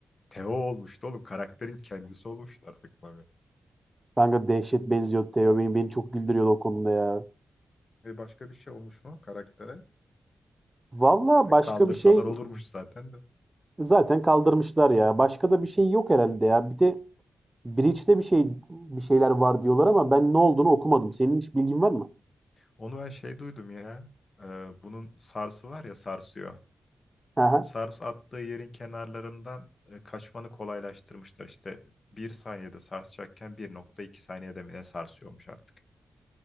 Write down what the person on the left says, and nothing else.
Teo olmuştu oğlum karakterin kendisi olmuştu artık Mami.
E başka bir şey olmuş mu karaktere?
Direkt
kaldırsalar
olurmuş zaten de.
Onu ben şey duydum ya. e, bunun sarsı var ya sarsıyor.
Sars attığı yerin kenarlarından e, kaçmanı kolaylaştırmışlar. İşte bir saniyede sarsacakken bir nokta iki saniyede mi ne sarsıyormuş artık.